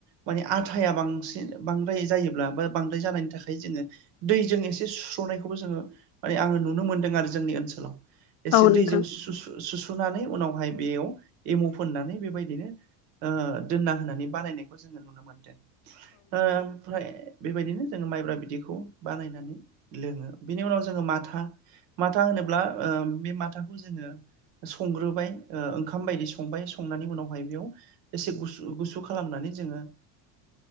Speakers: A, on the right; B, on the left.
A: माने आटाया बांसिन बांद्राय जायोब्ला बा बांद्राय जानायनि थाखाय ओमफाय जोङो दैजों एसे सुस्र'नायखौबो जोङो माने आङो नुनो मोनदों आरो जोंनि ओनसोलाव। एसे
B: औ नोंथां औ नोंथां
A: दैजों सु-सु-सुसुनानै उनावहाय बेयाव एमु फोननानै बेबायदिनो ओ दोनना होनानै बानायनायखौ जोङो नुनो मोन्दों। ओ ओमफ्राय बेबायदिनो जोङो माइब्रा बिदैखौ बानायनानै लोङो बिनि उनाव जोङो माथा। माथा होनोब्ला ओ बे माथाखौ जोङो संग्रोबाय ओ ओंखाम बायदि संबाय संनायनि उनावहाय बेयाव एसे गुसु गुसु खालामनानै जोङो